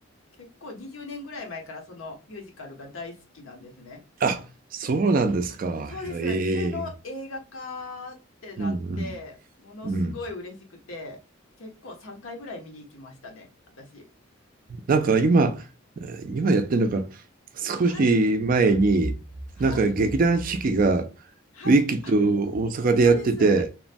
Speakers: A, on the left; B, on the right.
A: 結構20年ぐらい前からそのミュージカルが大好きなんですね。
B: あ、そうなんですか。
A: そうです。
B: ええ
A: それの映画化ってなって、
B: うん
A: ものすごい嬉しくて、
B: うんうん。
A: 結構3回ぐらい見に行きましたね、私。
B: なんか今、今やってるのか、少し前に、
A: はい、はい、
B: なんか劇団四季がウ
A: はい。
B: ィキッドを大阪でやってて、
A: あ、そうです。